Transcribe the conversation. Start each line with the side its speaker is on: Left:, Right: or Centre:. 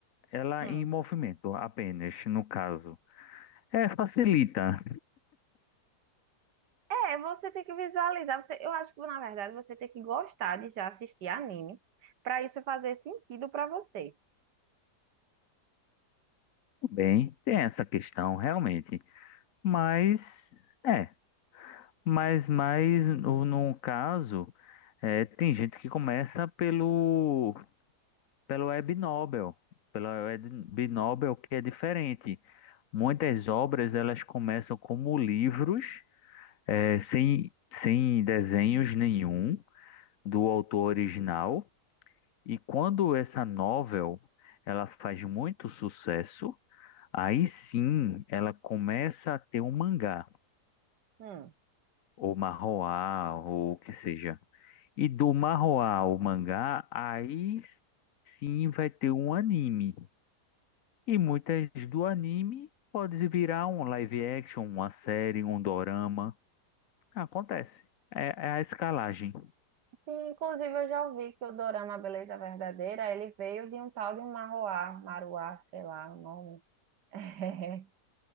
Left: ela
Right: Hum.
Left: em movimento apenas, no caso. É, facilita.
Right: É, você tem que visualizar. Você, eu acho que, na verdade, você tem que gostar de já assistir anime para isso fazer sentido para você.
Left: Bem, tem essa questão realmente, mas é, mas mas no, no caso é, tem gente que começa pelo pelo Web Nobel, pela Web Nobel que é diferente. Muitas obras elas começam como livros é, sem sem desenhos nenhum do autor original e quando essa novel ela faz muito sucesso Aí sim, ela começa a ter um mangá,
Right: Hum.
Left: ou manhwa, ou o que seja. E do manhwa ao mangá, aí sim vai ter um anime. E muitas do anime pode virar um live action, uma série, um dorama. Acontece. É, é a escalagem.
Right: Sim, inclusive eu já ouvi que o dorama Beleza Verdadeira, ele veio de um tal de Marruá, Maruá, sei lá o nome. <laughs>